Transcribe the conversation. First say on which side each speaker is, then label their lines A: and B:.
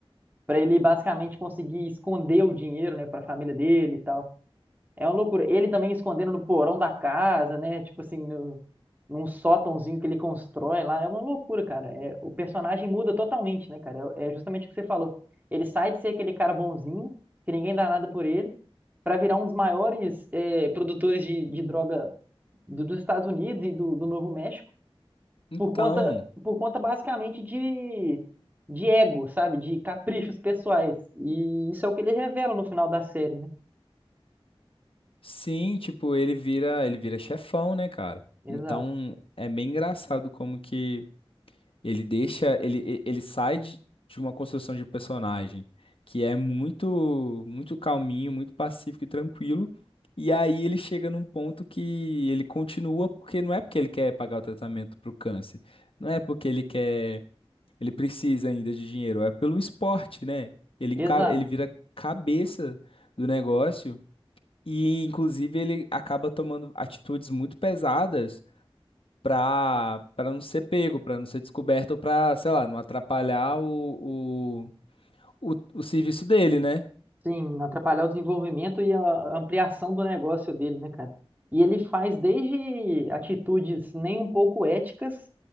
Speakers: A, on the right; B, on the left.
A: Pra ele basicamente conseguir esconder o dinheiro, né, pra família dele e tal. É uma loucura. Ele também escondendo no porão da casa, né? Tipo assim, no, num sótãozinho que ele constrói lá. É uma loucura, cara. É, o personagem muda totalmente, né, cara? É, é justamente o que você falou. Ele sai de ser aquele cara bonzinho, que ninguém dá nada por ele, pra virar um dos maiores é, produtores de, de droga do- dos Estados Unidos e do, do Novo México,
B: Então,
A: por conta, por conta basicamente de, de ego, sabe? De caprichos pessoais. E isso é o que ele revela no final da série, né?
B: sim, tipo, ele vira, ele vira chefão, né, cara? Então,
A: Exato.
B: é bem engraçado como que ele deixa, ele, e- ele sai de, de uma construção de personagem que é muito, muito calminho, muito pacífico e tranquilo, e aí ele chega num ponto que ele continua porque não é porque ele quer pagar o tratamento pro câncer, não é porque ele quer, ele precisa ainda de dinheiro, é pelo esporte, né? Ele,
A: Exato.
B: enca- ele vira cabeça do negócio. E, inclusive, ele acaba tomando atitudes muito pesadas para para não ser pego, para não ser descoberto, ou para, sei lá, não atrapalhar o, o, o, o serviço dele, né?
A: Sim, atrapalhar o desenvolvimento e a ampliação do negócio dele, né, cara? E ele faz desde atitudes nem um pouco éticas